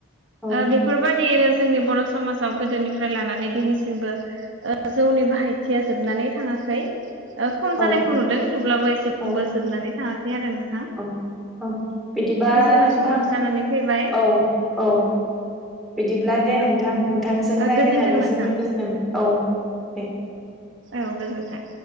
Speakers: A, in the centre; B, on the right.
A: औ
B: बेफोरबायदियैनो जोंनि बर' समाजाव गोदोनिफ्राय लानानै दिनैसिमबो जौनि बाहायथिया जोबनानै थाङाखै। खम
A: औ
B: जानायखौ नुदों थेवब्लाबो एसेबो
A: औ
B: जोबनानै थाङाखै आरो नों
A: औ औ बिदिबा
B: जोंना
A: नोंथां
B: समाबो जानानै फैबाय
A: औ। औ बिदिब्ला दे नोंथां
B: ओ
A: नोंथांजों रायलायनानै
B: गोजोन्थों नोंथां
A: जोबोर गोजोननाय मोनदों औ दे
B: औ गोजोनथों